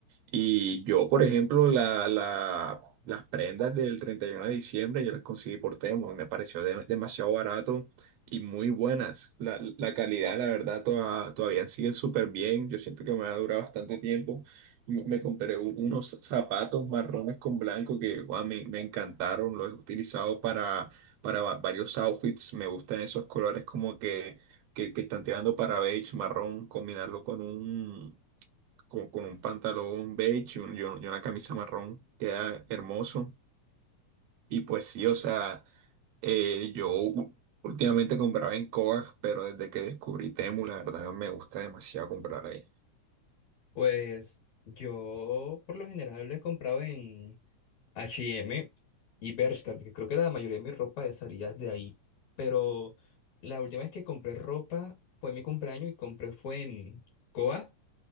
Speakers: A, on the right; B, on the left.
A: Y yo, por ejemplo, la, la- las prendas del 31 de diciembre yo las conseguí por Temo y me pareció de- demasiado barato y muy buenas. La, la calidad, la verdad, toda- todavía sigue súper bien. Yo siento que me ha durado bastante tiempo. Me, me compré u- unos zapatos marrones con blanco que guau, me, me encantaron. Los he utilizado para, para va- varios outfits. Me gustan esos colores como que, que, que están tirando para beige, marrón, combinarlo con un como con un pantalón beige y, un- y un- y una camisa marrón, queda hermoso. Y pues sí, o sea, eh, yo u- últimamente compraba en Coag, pero desde que descubrí Temu, la verdad me gusta demasiado comprar ahí.
B: Pues yo por lo general lo he comprado en H y M y Bershka, que creo que la mayoría de mi ropa salía de ahí. Pero la última vez que compré ropa fue mi cumpleaños y compré fue en Coa